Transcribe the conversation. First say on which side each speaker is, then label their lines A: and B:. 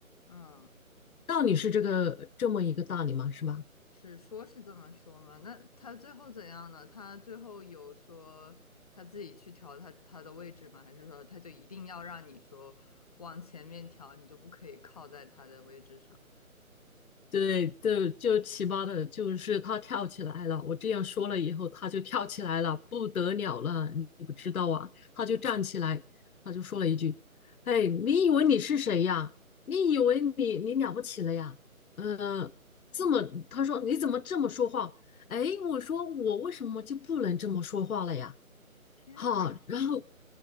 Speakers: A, on the left (about 25°); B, on the left (about 75°).
A: 嗯，
B: 道理是这个这么一个道理嘛，是吧？
A: 是说是这么说吗？那他最后怎样呢？他最后有说他自己去调他他的位置吗？还是说他就一定要让你说往前面调，你就不可以靠在他的位置上？
B: 对，就就奇葩的，就是他跳起来了。我这样说了以后，他就跳起来了，不得了了，你你不知道啊？他就站起来，他就说了一句：“哎，你以为你是谁呀？你以为你你了不起了呀？呃，这么，他说你怎么这么说话？哎，我说我为什么就不能这么说话了呀？
A: 天呐，
B: 哈，然后